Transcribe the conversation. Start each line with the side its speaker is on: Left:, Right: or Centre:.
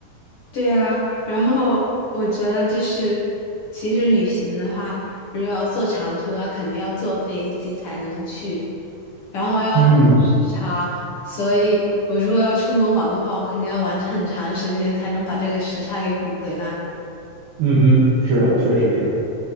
Left: 对呀，然后我觉得就是，其实旅行的话，如果要坐长途的话，肯定要坐飞机才能去，然后要倒时差，
Right: 嗯
Left: 所以我如果要出门玩的话，我肯定要玩很长时间才能把这个时差给补回来。
Right: 嗯哼，是的，确实是。